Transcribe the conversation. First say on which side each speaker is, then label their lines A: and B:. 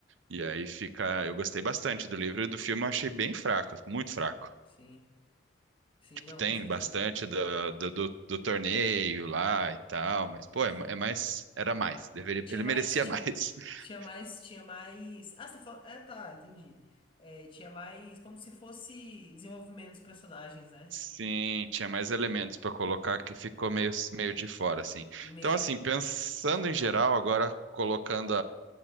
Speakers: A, on the right; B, on the left.
A: E aí fica. Eu gostei bastante do livro e do filme eu achei bem fraco, muito fraco.
B: Sim. Sim,
A: Tipo,
B: não,
A: tem
B: com certeza.
A: bastante do, do, do- do torneio lá e tal, mas, pô,
B: Sim.
A: é, é mais. Era mais. Deveria,
B: Tinha
A: ele
B: mais,
A: merecia
B: tinha,
A: mais. <laughs>
B: tinha mais, tinha mais. Ah, você tá falando. É, tá, entendi. É, tinha mais como se fosse desenvolvimento dos personagens, né?
A: Sim, tinha mais elementos pra colocar que ficou meio, meio de fora, assim.
B: Meio
A: Então, assim, pensando
B: jogado.
A: em geral, agora colocando